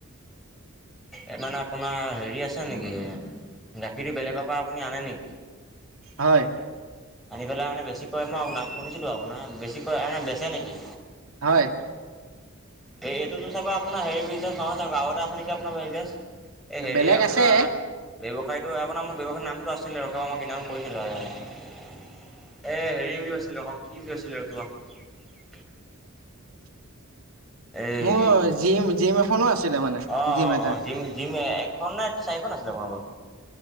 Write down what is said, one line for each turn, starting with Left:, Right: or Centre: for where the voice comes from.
Centre: এই মানে আপোনাৰ হেৰি আছে নেকি গাখীৰটো বেলেগৰ পৰা আপুনি আনে নেকি?
Right: হয়।
Centre: আনি পেলাই মানে বেছিক কৈ মই নাম শুনিছিলো আপোনাৰ বেছিক কৈ মানে বেচে নেকি।
Right: হয়।
Centre: এই এইটোতো চাগৈ আপোনাৰ হেৰি বিজনেছ নহয় চাগে আৰু এটা আছে নেকি আপোনাৰ বিজনেছ? এ হেৰি
Right: বেলেগ
Centre: আপোনাৰ
Right: আছে
Centre: বেৱ টো আপোনাৰ মোৰ ব্যৱসায়ৰ নামটো আছিলে ৰখিবা মই সেইদিনাখন কৰিছিলো আৰু এ হেৰি বুলি কৈছিলে শ কি বুলি কৈছিলো ৰখিব
Right: <inaudible>
Centre: এই
Right: মোৰ জিম জিম এখনো আছিলে মানে
Centre: অ-অ-অ
Right: জিম এটা
Centre: জিম-জিম এক খন নে চাৰিখন আছিলে আপোনালোকৰ